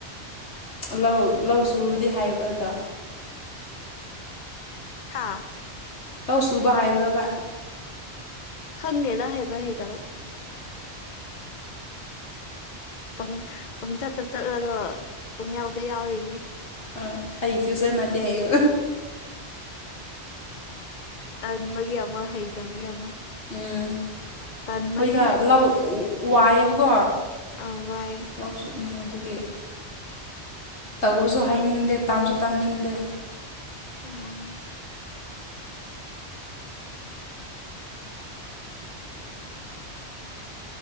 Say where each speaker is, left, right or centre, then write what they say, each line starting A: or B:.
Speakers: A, on the left (about 85°); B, on the left (about 45°).
A: ꯂꯧ ꯂꯧ ꯁꯨꯕꯗꯤ ꯍꯩꯕ꯭ꯔ ꯑꯗꯣ꯫
B: ꯍꯥꯥ꯫
A: ꯂꯧ ꯁꯨꯕ ꯍꯥꯏꯕ꯭ꯔꯕ꯫
B: ꯈꯪꯗꯦꯗ ꯍꯩꯕ ꯍꯩꯇꯕ꯫ ꯄꯪ ꯄꯪꯆꯠꯇ ꯆꯠꯂꯒ ꯄꯪ ꯌꯥꯎꯗ ꯌꯥꯎꯔꯤꯅꯤ꯫
A: ꯑꯥ ꯑꯩ ꯐ꯭ꯌꯨꯆꯔ ꯅꯠꯇꯦ ꯍꯥꯏꯌꯣ꯫
B: ꯇꯟꯕꯒꯤ ꯑꯃ ꯍꯩꯇꯕꯒꯤ ꯑꯃ꯫
A: ꯎꯝ
B: ꯇꯟꯕꯗꯤ
A: ꯍꯣꯏꯗ ꯂꯧ ꯋ-ꯋꯥꯏꯌꯦꯕꯀꯣ꯫
B: ꯑꯧ ꯋꯥꯏꯌꯦ꯫
A: ꯥꯂꯧꯁꯨ ꯎꯝ ꯑꯗꯒꯤ ꯇꯧꯕꯁꯨ ꯍꯥꯏꯅꯤꯡꯗꯦ ꯇꯝꯁꯨ ꯇꯝꯅꯤꯡꯗꯦ꯫
B: ꯎꯝ꯫